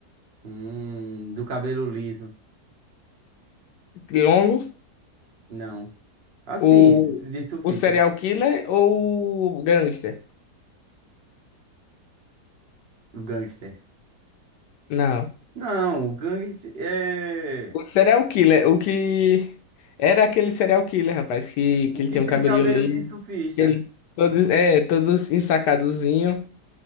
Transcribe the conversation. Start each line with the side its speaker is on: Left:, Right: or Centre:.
Right: Hum, do cabelo liso.
Left: Longo,
Right: Não. Assim,
Left: o,
Right: de, de surfista,
Left: o serial killer ou o gangster?
Right: o gangster.
Left: Não.
Right: Não, o gangster é
Left: O serial killer, o que era aquele serial killer, rapaz, que,
Right: o
Left: que ele
Right: que
Left: tem
Right: tem
Left: um cabelinho
Right: o cabelo
Left: ali,
Right: de surfista.
Left: que ele todos é todos ensacadozinho.